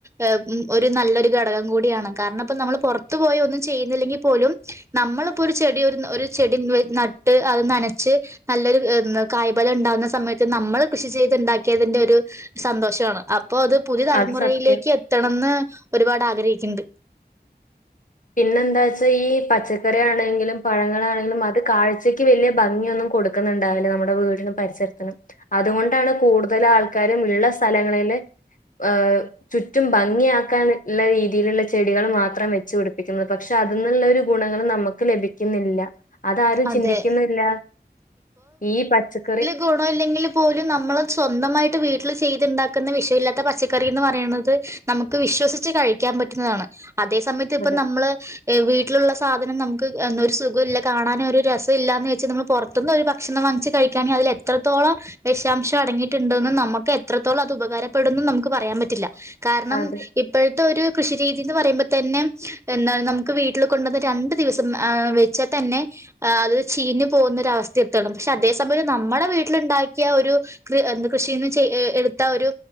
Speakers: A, on the right; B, on the left.
A: ഏഹ് ഒരു നല്ലൊരു ഘടകം കൂടിയാണ്. കാരണം, ഇപ്പോ നമ്മള് പൊറത്ത്പോയി ഒന്നും ചെയ്യുന്നില്ലെങ്കിൽ പോലും നമ്മള്പ്പോ ഒരു ചെടി ഒരു ഒരു ചെടി നട്ട് അത് നനച്ച് നല്ലൊരു കായ്ബലം ഇണ്ടാവ്ന്ന സമയത്ത് നമ്മൾ കൃഷി ചെയ്ത് ഇണ്ടാക്കിയതിന്റെ ഒരു സന്തോഷാണ് അപ്പോ അത് പുതിയ തലമുറയിലേക്ക്
B: അത് സത്യം.
A: എത്തണന്ന് ഒരുപാട് ആഗ്രഹിക്ക്ണ്ട്.
B: പിന്നെ എന്താ വെച്ചാ ഈ പച്ചക്കറി ആണെങ്കിലും പഴങ്ങളാണെങ്കിലും അത് കാഴ്ചക്ക് വലിയ ഭംഗിയൊന്നും കൊട് ക്ക്ന്ന്ണ്ടാവില്ല നമ്മുടെ വീടിനും പരിസരത്തിനും അതുകൊണ്ടാണ് കൂടുതൽ ആൾക്കാരും ഉള്ള സ്ഥലങ്ങളില് ഹ് ചുറ്റും ഭംഗിയാക്കാൻള്ള രീതിയിലുള്ള ചെടികൾ മാത്രം വെച്ച് പിടിപ് പ്പിക്കുന്നത് പക്ഷെ അതിന്ന്ള്ള ഒരു ഗുണങ്ങൾ നമ്മ്ക്ക് ലഭിക്കുന്നില്ല. അതാരും
A: അതെ.
B: ചിന്തിക്കുന്നില്ല ഈ പച്ചക്കറി
A: ഗുണോ ഇല്ലെങ്കിൽ പോലും നമ്മൾ സ്വന്തമായിട്ട് വീട്ടിൽ ചെയ്തുണ്ടാക്ക്ന്ന വിഷവില്ലാത്തെ പച്ചക്കറിന്ന് പറയ്ണത് നമ്ക്ക് വിശ്വസിച്ച് കഴിക്കാൻ പറ്റുന്നതാണ്. അതേ സമയത്ത് ഇപ്പം
B: അതെ
A: നമ്മള് വീട്ടില്ള്ള സാധനം നമുക്ക് സുഖോ ഇല്ല കാണാന് ഒരു രസൊല്ലാ എന്ന് വെച്ച് നമ്മൾ പുറത്ത്ന്ന് ഒരു ഭക്ഷണം വാങ്ങിച്ച്കാഴിക്കാണെങ്കിൽ അതിൽ എത്രത്തോളം വെഷാംശം അടങ്ങിയിട്ട്ണ്ട് ന്ന് നമ്മക്ക് എത്രത്തോളം അത് ഉപകാരപ്പെടുന്ന് നമുക്ക് പറയാൻ പറ്റില്ല. കാർണം
B: അതെ
A: ഇപ്പോഴെത്തെ ഒരു കൃഷി രീതി എന്ന് പറയുമ്പോ തന്നെ എന്നാ നമുക്ക് വീട്ടിൽ കൊണ്ടുവന്ന് രണ്ടു ദിവസം വെച്ചാ തെന്നേ അത് ചീഞ്ഞ് പോകുന്നൊരവസ്ഥ എത്തണം പഷേ അതേ സമയം നമ്മുടെ വീട്ടില്ണ്ടാക്കിയ ഒരു കൃ എന്ത് കൃഷിന്ന് ചെയ് എട്ത്ത ഒരു